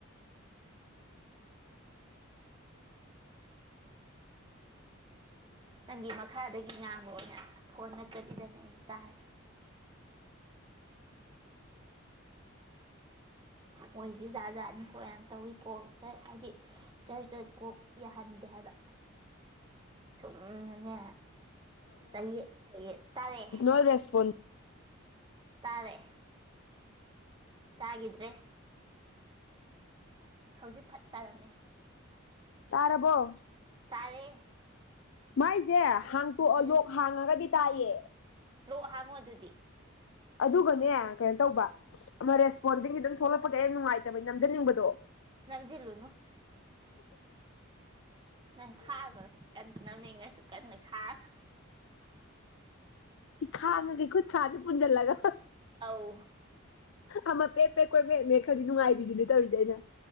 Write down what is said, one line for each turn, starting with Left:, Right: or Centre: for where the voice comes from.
Right: ꯅꯪꯒꯤ ꯃꯈꯥꯗꯒꯤ ꯉꯥꯡꯕ ꯑꯣꯏꯅ ꯐꯣꯟ ꯅꯠꯇꯕꯤꯗꯅ ꯑꯩꯅ ꯇꯥꯏ ꯃꯣꯏꯗꯤ ꯖꯥꯠ ꯖꯥꯠꯅꯤꯀꯣ ꯌꯥꯝ ꯇꯧꯏꯤꯀꯣ ꯍꯥꯏꯗꯤ ꯆꯔ ꯆꯠ ꯀꯣꯛ ꯌꯥꯍꯟꯗꯦ ꯍꯥꯏꯕ ꯁꯨꯝꯅꯅꯦ ꯆꯌꯦꯠ ꯈꯌꯦꯠ ꯇꯔꯦ
Left: ꯔꯦꯁꯄꯣꯟꯁ
Right: ꯇꯥꯔꯦ ꯇꯥꯒꯗ꯭ꯔꯦ ꯍꯧꯖꯤꯛ ꯐꯠꯇꯥꯔꯝꯃꯤ
Left: ꯇꯥꯔꯔꯕꯣ
Right: ꯇꯔꯦ
Left: ꯃꯥꯏꯁꯦ ꯍꯥꯡꯇꯣꯛꯑ
Right: ꯎꯝ
Left: ꯂꯣꯛ ꯍꯥꯡꯉꯒꯗꯤ ꯇꯥꯏꯌꯦ
Right: ꯂꯣꯛ ꯍꯥꯃꯣ ꯑꯗꯨꯗꯤ
Left: ꯑꯗꯨꯒꯅꯦ ꯀꯩꯅꯣ ꯇꯧꯕ ꯑꯃ ꯔꯦꯁꯄꯣꯟꯗꯤꯡꯒꯤ ꯑꯗꯨꯝ ꯊꯣꯛꯂꯛꯄꯒ ꯌꯥꯝ ꯅꯨꯡꯉꯥꯏꯇꯕꯩ ꯅꯝꯖꯅꯤꯡꯕꯗꯣ
Right: ꯅꯟꯖꯜꯨꯅ ꯅꯪ ꯈꯥꯕꯣ ꯀ ꯅꯝꯅꯤꯡꯉꯁꯨ ꯀꯟꯅ ꯈꯥꯕꯣ
Left: ꯈꯥꯡꯉꯒꯩ ꯈꯨꯠ ꯁꯥꯥꯁꯦ ꯄꯨꯟꯁꯤꯜꯂꯒ
Right: ꯑꯥꯎ
Left: ꯑꯃ ꯄꯦꯠ ꯄꯦ ꯀꯣꯏ ꯃꯦꯠꯃꯦ ꯈꯔꯗꯤ ꯅꯨꯡꯉꯥꯏꯕꯤꯗꯨꯅꯦ ꯇꯧꯔꯤꯁꯦ ꯑꯩꯅ